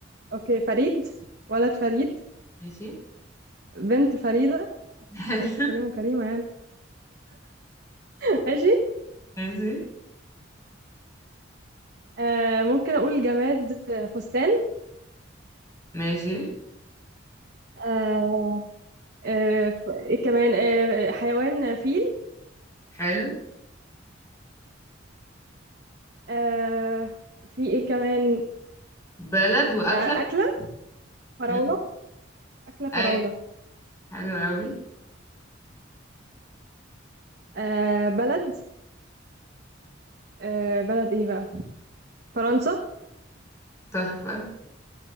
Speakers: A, on the right; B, on the left.
A: اوكي فريد ولد فريد
B: ماشي
A: بنت فريدة
B: <laughs>
A: انت قلت كريم وكريمة يعني <laughs> ماشي
B: ماشي
A: آه... ممكن اقول جماد آه، فستان
B: ماشي
A: آه... آه... ف... ايه كمان آه... حيوان آه، فيل
B: حلو
A: آه... في ايه كمان
B: بلد وأكلة
A: آه... أكلة فراولة
B: م،
A: أكلة فراولة
B: أيوة حلو قوي
A: آه بلد آه بلد ايه بقى فرنسا
B: تحفة